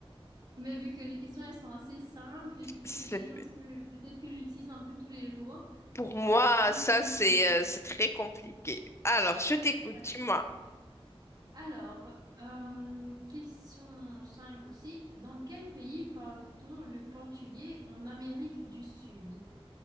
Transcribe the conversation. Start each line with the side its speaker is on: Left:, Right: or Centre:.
Right: Mais vu que les questions, elles sont assez simples et vu que
Left: c'est-
Right: c'est des choses que peut-être que j'utilise un peu tous les jours,
Left: pour moi,
Right: euh, là,
Left: ça,
Right: je vais
Left: c'est
Right: poser.
Left: euh, c'est très compliqué. Alors, je t'écoute,
Right: Ouais.
Left: dis-moi.
Right: Alors, euh, question 5 aussi. Dans quel pays parle-t-on le portugais en Amérique du Sud?